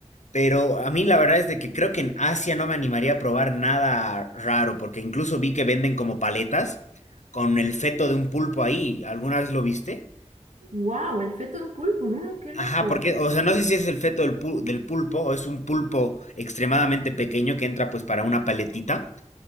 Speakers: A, on the left; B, on the right.
A: Pero a mí la verdad es de que creo que en Asia no me animaría a probar nada raro, porque incluso vi que venden como paletas con el feto de un pulpo ahí. ¿Alguna vez lo viste?
B: Wow, el feto de un pulpo, ¿no? Qué loco.
A: Ajá, porque, o sea, no sé si es el feto del, pu- del pulpo o es un pulpo extremadamente pequeño que entra pues para una paletita.